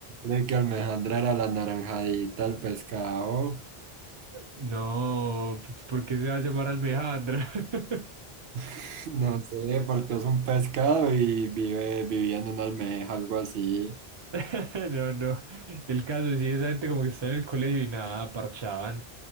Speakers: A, on the right; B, on the right.
A: De que Alejandra era la naranjadita, el pescado.
B: No, pues, ¿por qué se va a llamar Almejandra? <laughs>
A: <laughs> No sé, porque es un pescado y vive, vivía en una almeja, algo así.
B: <laughs> No, no. El caso sí, esa gente como que está en el colegio y nada, parchaban.